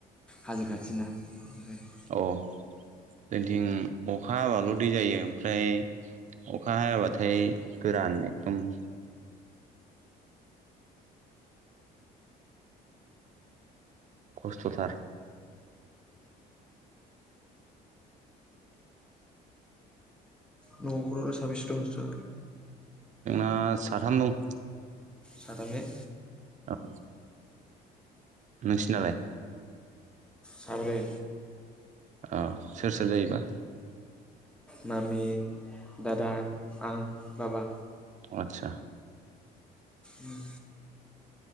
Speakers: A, in the centre; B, on the right.
A: हाजो खाथिना ओंखायनो
B: अ जोंनिथिं अखा हाबाल' दै जायो ओमफ्राय अखा हायाबाथाय गोरान एकदम खस्थ'थार
A: न खरावलाय साबैसे दं नोंस्रालाय?
B: ओ साथाम दं
A: सताम ने?
B: औ नोंसिनालाय?
A: साब्रै
B: औ सोर सोर जायोबा?
A: मामि दादा आं बाबा
B: आचसा
A: उम